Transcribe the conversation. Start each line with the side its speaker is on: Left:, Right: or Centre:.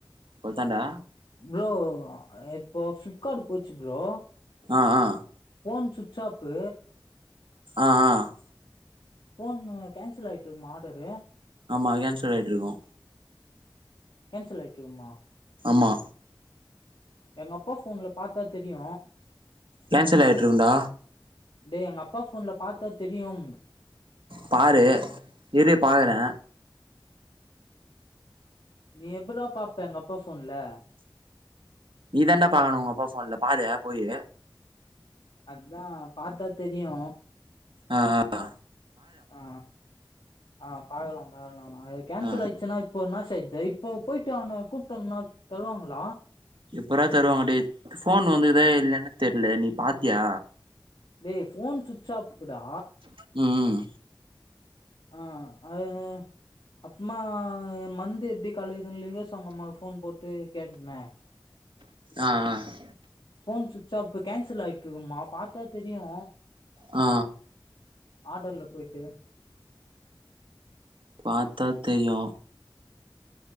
Right: கொலத்தாண்டா
Left: ஃப்ரோ இப்போ பிளிப்கார்ட் போச்சு ஃப்ரோ
Right: ஆ ஆ
Left: ஃபோன் சுச்சாப்பு
Right: ஆ ஆ
Left: போன் கோன்சல் ஆயிட்ருக்குமா ஆர்டரு
Right: ஆமா கேன்சல் ஆயிட்ருக்கு
Left: கேன்சல் ஆகிட்டுருக்குமா
Right: ஆமா
Left: எங்கப்பா போன்ல பாத்தா தெரியு
Right: கேன்சல் ஆய்ட்ருக்குண்டா
Left: டேய் எங்க அப்பா ஃபோன்ல பாத்தா தெரியும்
Right: பாரு இரு பாக்குறே
Left: நீ எபபுறா பாப்ப எங்க அப்பா ஃபோன்ல
Right: நீதாண்டா பாக்கணு உங்கப்பா ஃபோன்ல பாரு போயி
Left: அதா பாத்தா தெரியு
Right: ஆ ஆ ஆ
Left: ஆ ஆ பாக்கலா பாகலா அது கேன்சல்
Right: ஆ
Left: ஆய்ர்ச்சுனா இப்போ என்னா செய்து இப்போ போய்ட்டு அவன கூப்ட்டம்னா தருவாங்குளா
Right: எப்புறா தருவாங்க டேய் ஃபோன் வந்து இதா இல்லையானே தெர்ல நீ பாத்தியா
Left: டேய் ஃபோன் சுச்சாப்புடா
Right: ம்
Left: ஆ அதேது அப்புமா மந்து எப்டி கலைதுன் லிங்கேஸ் அவ்ங்க அம்மாக் ஃபோன் போட்டு கேட்ன
Right: ஆ ஆ
Left: ஃபோன் சுவிச்சாப்பு கேன்சல் ஆய்ட்ருக்குமா பாத்தா தெரியு
Right: ஆ
Left: ஆர்டர்ல போய்ட்டு
Right: பாத்தா தெரியு